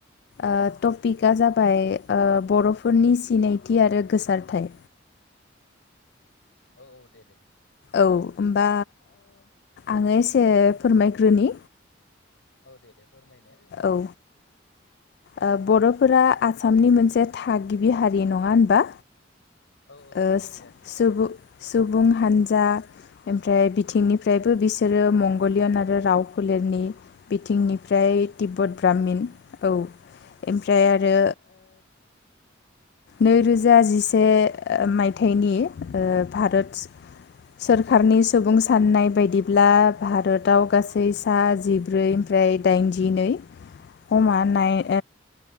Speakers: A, on the left (about 55°); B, on the left (about 70°).
A: आ टपिक जाबाय ओ बर' फोरनि सिनायथि आरो। गोसारथाय
B: औ औ दे दे। रायलायना
A: औ होमबा। आङो एसे फोरमायग्रोनि।
B: औ दे दे। फोरमायनाय।
A: औ ओ बर'फोरा आसामनि मोनसे थागिबि हारि नङा होनबा?
B: औ औ
A: ओ
B: थागिबियारि।
A: सुबुं सुबुं हानजा ओमफ्राय बिथिंनिफ्रायबो बिसोरो मंगलियन आरो राव, फोलेरनि बिथिंनिफ्राय
B: औ
A: तिब्बत ब्राह्मिन, औ ओमफ्राय आरो नैरोजा जिसे ओ मायथाइनि ओ भारत सोरखारनि सुबुं साननाय बायदिब्ला। भारताव गासै सा जिब्रैनिफ्राय दाइनजिनै हमानाय
B: औ